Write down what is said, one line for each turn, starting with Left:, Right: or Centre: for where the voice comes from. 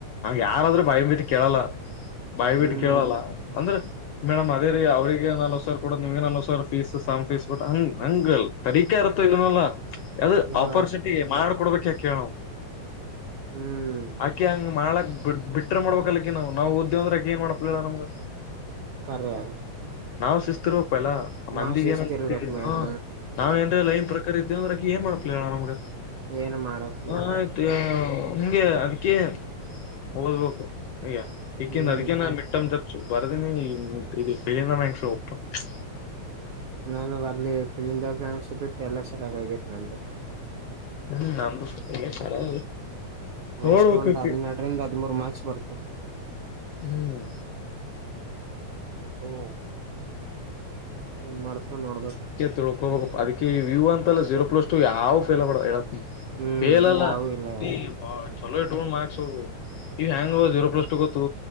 Left: ಯಾರಾದ್ರೂ ಬಾಯ ಬಿಟ್ಟು ಕೇಳಲ್ಲಾ ಬಾಯ್
Right: ಹ್ಮ್
Left: ಬಿಟ್ಟು ಕೇಳಲ್ಲಾ ಅಂದ್ರ ಮೇಡಮ್ ಅದೇ ರಿ ಅವ್ರಗ ನಲ್ವತ್ತ ಸಾವಿರ ಕೊಡದ ನಿಮಗೆ ನಲ್ವತ್ತ ಸಾವಿರ ಫೀಸ್ ಸ್ ಫೀಸ್ ಕೊಟ್ಟ ಹಂಗ್ ಹಂಗಲ್ ತಡೀಕಾ ಇರುತ್ತೋ ಇದನಲ್ಲಾ ಅದು
Right: ಹಾ
Left: ಆಪರ್ಚುನೆಟಿ ಮಾಡಡ್ಬೇಕ ಯಾಕ ಕೇಳವ
Right: ಹುಂ
Left: ಆಕಿ ಹಂಗ್ ಮಾಡಕ್ ಬಿ ಬಿಟ್ರೆ ಮಾಡ್ಬೇಕ ಆಕಿ ನಾವು ಓತಿದ್ದವೆಂದರ ಏನ್ ಮಾಡಪ್ಲಿಲ್ಲಡ ನಮ್ಗ
Right: ಕರೆ ಅದ
Left: ನಾವ್ ಶಿಸ್ತು ಇರಬೇಕ ಫೈಲಾ ಮಂದಿಗ
Right: ನಾವ್ ಶಿಸ್ತಿರ್ಬೇಕ್
Left: ಏನತ್ತವಿ
Right: ಮೇನ್
Left: ಹ ನಾವ ಏನ್ರ ಲೈನ್ ಪ್ರಕಾರ ಇದ್ವಿ ಅಂದರ್ ಏನ್ ಮಾಡ್ಲಪೆ ಆಳ ನಮಗ
Right: ಏನ್ ಮಾಡಕ್
Left: ಹ ಆಯ್ತು ಹಂಗೆ ಅದಕೇ ಓದಬೇಕು ಈಗ ಇಕಿಂದ
Right: ಹ್ಮ್
Left: ಅದಕೇ ನ ಮಿಟ್ಟಮ್ ಜರ್ ಬರ್ದಿನಿ ಇದು ಪೆಲ್ ಒಪ್ಪ <unintelligible>
Right: ನನಗ ಅಲ್ಲಿ ಫಿಲ್ ಇಂದ ಬ್ಯಾಂಕ್ಸ್ ಬಿಟ್ಟು ಎಲ್ಲಾ ಸರಿಯಾಗಿ ಆಗೇತಿ ನಂದು
Left: ಹುಂ ನಂದು <unintelligible>
Right: ನೆಕ್ಸ್ಟ್
Left: ನೋಡ್ಬೇಕಕಿ
Right: ಒಂದು ಹನ್ನೆರಡ್ರಿಂದ ಹದಿಮೂರು ಮಾರ್ಕ್ಸ್ ಬರತಾವ
Left: ಹುಂ
Right: ಓ ಏನ್ ಮಾಡ್ತವ ನೋಡ್ಬೇಕ
Left: ತಿಳ್ಕೋಬೇಕ ಅದಕ್ಕೆ ಇವು ಅಂತಲ್ಲಾ ಜೀರೋ ಪ್ಲಸ್ ಟು ಯಾವ ಫೇಲ್ ಆಗ್ಬಾರ್ದ.
Right: ಹ್ಮ್
Left: ಪೇಲ ಅಲ್ಲಾ
Right: ಯಾವು ಇಲ್ಲ
Left: ನೀ
Right: ಎಲ್ಲ
Left: ಹಾ ಚಲೋ ಇಟಕೊಂಡ ಮಾರ್ಕ್ಸ್ ಇವ್ ಹೆಂಗ್ ಜೀರೋ ಪ್ಲಸ್ ಟು ಗೊತ್ತು